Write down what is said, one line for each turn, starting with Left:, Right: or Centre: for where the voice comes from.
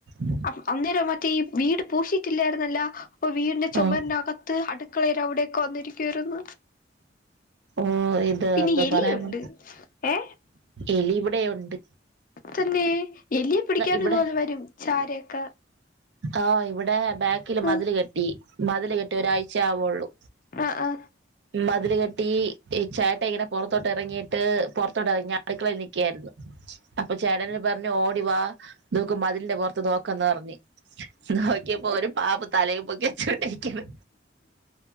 Right: മ്ഹ്
Left: അ അന്നേരം മറ്റേ ഈ വീട് പൂശിയിട്ടില്ലേർന്നല്ല അപ്പൊ വീടിന്റെ ചൊമറിനകത്ത്
Right: ഉം
Left: അടുക്കളേര അവിടേക്ക വന്നിരിക്കുവേർന്നു
Right: ഓഹ് ഇത്
Left: പിന്നെ
Right: എന്തോ
Left: എലിയുണ്ട്
Right: പറയാൻ വ
Left: ഏ
Right: എലി ഇവിടേം ഒണ്ട്
Left: തന്നെ എലിയെ പിടിക്കാനും
Right: ഇവിടെ
Left: ഇതുപോലെ വരും ചാരേക്ക
Right: ആഹ് ഇവിടെ ബാക്കില് മതില്
Left: ആ
Right: കെട്ടി മതില് കെട്ടി ഒരാഴ്ച ആവൊ ള്ളൂ
Left: ആഹ് ആഹ്
Right: മതില് കെട്ടി ചേട്ടൻ ഇങ്ങനെ പൊറത്തോട്ട് എറങ്ങിയിട്ട് പുറത്തോട്ട് എറങ്ങ്യ അടുക്കളെ നിക്കേർന്നു അപ്പൊ ചേട്ടൻ എന്നോട് പറഞ്ഞു ഓടിവാ ഇത് നോക്ക് മതിലിന്റെ പൊറത്ത് നോ ക്കന്ന് പറഞ്ഞ് നോക്കിയപ്പോ ഒരു പാമ്പ് തലയും പൊക്കി ച്ചോണ്ടിരിക്കണ്